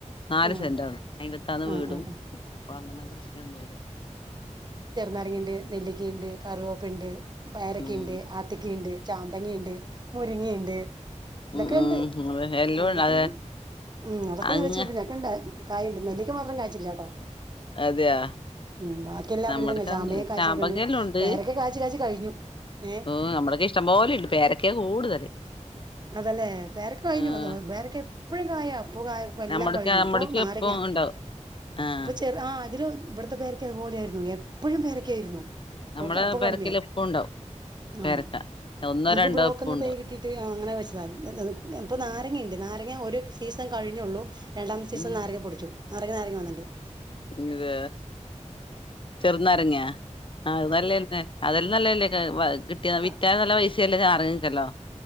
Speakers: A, on the left; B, on the right.
A: നാലുസെന്റാണ്
B: ആഹ്
A: അതിനകത്താന്ന്
B: ആഹ്
A: വീടും
B: ആഹ്
A: അപ്പൊ അങ്ങനെ കൃഷിയൊന്നും ഇല്ല
B: പറങ്കിയുണ്ട്, നെല്ലിക്കയുണ്ട് കറിവേപ്പുണ്ട്, പയറൊക്കെയുണ്ട്,
A: ഉം
B: ആത്തക്കയുണ്ട്, ചാമ്പങ്ങയുണ്ട്, മുരിങ്ങയുണ്ട്. ഇതൊക്കെയൊണ്ട്
A: ഉം ഉം ഉം അതെ എല്ലോം ഉണ്ട്.
B: ഇതൊക്കെ
A: അതെ
B: ഞാൻ അതൊക്കെ
A: അങ്ങ്
B: ഞാൻ വെച്ചു പിടിപ്പിച്ചിട്ടുണ്ട് ഉണ്ട് കായുണ്ട് നെല്ലിക്കാമാത്രം കായിച്ചില്ലാട്ടോ
A: അതെയോ?
B: ഉം ബാക്കിയെല്ലാം
A: നമ്മടേക്കതൊന്നുല്ല.
B: ഒരു വിധം. ചാമ്പങ്ങായും കായിച്ചുനിൽക്കയുണ്ട്
A: ചാമ്പങ്ങേലുണ്ട്.
B: പേരക്കാകായ്ച്ചു കായ്ച്ചു കഴിഞ്ഞു. ഏഹ്
A: ഓ അമ്പഴക്കായിഷ്ടം പോലെയുണ്ട് പേരക്കയാ കൂടുതല്
B: അതല്ലേ പേരക്കാ കഴിഞ്ഞു
A: ആഹ്.
B: അതു പേരക്കയെപ്പഴും കായാ പൂവും കായും മെല്ലാംകഴിഞ്ഞു.
A: നമ്മടക്ക് നമ്മടക്ക്
B: ഇപ്പൊ നാരങ്ങ,
A: എപ്പും ഉണ്ടാവും. ആഹ്.
B: ഇപ്പൊ ചെറു ആ ഇതൊരു ഇവിടത്തെ പേരക്കായതുപോലെയായിരുന്നു എപ്പഴും പേരക്കായായിരുന്നു ഇപ്പോ
A: നമ്മടെ
B: ക അപ്പൊ
A: പേരക്കേല്
B: കമ്മിയായി
A: എപ്പും ഉണ്ടാവും പേരക്ക.
B: ആ
A: ഒന്നോ
B: നമുക്ക്
A: രണ്ടോ
B: ബ്ലോക്ക്ന്ന്
A: എപ്പും ഉണ്ടാവും.
B: തൈ കിട്ടിട്ടില്ലാ ആ അങ്ങനെവെച്ചതാ ഇപ്പൊ
A: ഉം.
B: നാരങ്ങയുണ്ട് നാരങ്ങാ ഒരു സീസൺ കഴിഞ്ഞൊള്ളു രണ്ടാമത്തെ സീസണില്
A: ഉം.
B: നാരങ്ങാ പൊടിച്ചു നാരങ്ങ നാരങ്ങ വന്നൊണ്ട്
A: ഇത് ചെറുനാരങ്ങായാ ആ നല്ലതുതന്നെ അതിലും നല്ലതല്ലേയിത് കിട്ടിയാ
B: ആ,
A: വിറ്റാ നല്ല പൈസയല്ലേ നാറുങ്ങക്കെല്ലാം